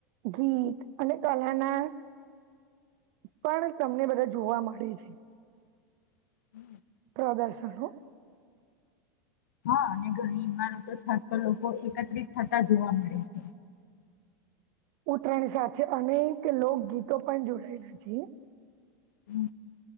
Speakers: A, on the right; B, on the left.
A: ગીત અને કલા ના પણ, તમને બધા જોવા મળે છે.
B: <inaudible>
A: પ્રદાસનું.
B: હા, અને ઘણી ઈમારતો થત તો લોકો એકત્રિત થતા, જોવા મળે છે.
A: ઉત્તરાયણ સાથે, અનેક લોકગીતો પણ જોડાયેલા છે.
B: હ